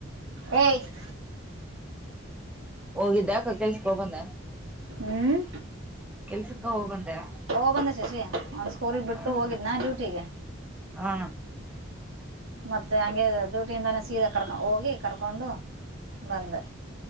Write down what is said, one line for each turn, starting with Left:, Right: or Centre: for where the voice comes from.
Right: ಏ.
Centre: ಹೋಗಿದ್ದಕ್ಕ ಕೆಲ್ಸ. ಹೋಗಿ ಬಂದೇನ
Right: ಹ್ಮ್
Centre: ಕೆಲ್ಸಕ ಹೋಗ್ ಬಂದ್ಯಾ
Right: ಹೋಗ್ ಬಂದೆ ಶಶಿ ಅವ್ನ್ ಸ್ಕೂಲಿಗೆ ಬಿಟ್ಟು
Centre: ಹ
Right: ಹೋಗಿದ್ನ
Centre: ಹ
Right: ಡ್ಯೂಟಿಗೆ
Centre: ಹಾ
Right: ಮತ್ತೆ ಹಂಗೆ ಡ್ಯೂಟಿಯಿಂದಾನೇ ಸೀದಾ ಕರ್ಕೊಂಡ ಹೋಗಿ ಕರ್ಕೊಂಡು ಬಂದೆ.